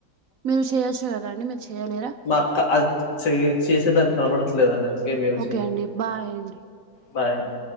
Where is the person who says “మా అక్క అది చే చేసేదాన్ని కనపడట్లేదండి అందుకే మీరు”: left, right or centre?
Left